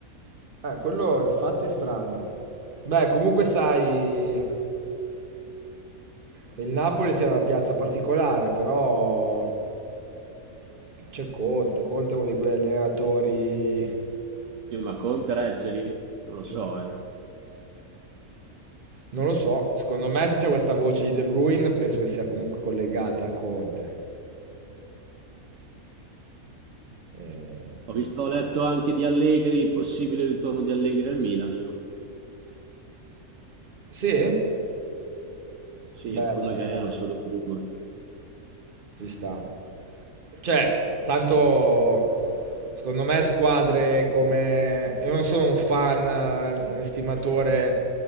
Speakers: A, on the right; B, on the right.
A: Eh, quello infatti è strano. Beh, comunque sai, eh, il Napoli sia una piazza particolare, però c'è Conte. Conte è uno di quegli allenatori
B: Io, ma Conte regge lì? Non lo so,
A: che s-
B: eh.
A: non lo so. Secondo me, se c'è questa voce di De Bruyne, penso che sia comunque collegata a Conte. Eh,
B: Ho visto, ho letto anche di Allegri, possibile ritorno di Allegri al Milan io.
A: Sì?
B: Sì,
A: Beh,
B: poi
A: ci
B: magari
A: sta.
B: era solo un rumore.
A: Ci sta. Cioè, tanto secondo me squadre come... Io non sono un fan, eh, un estimatore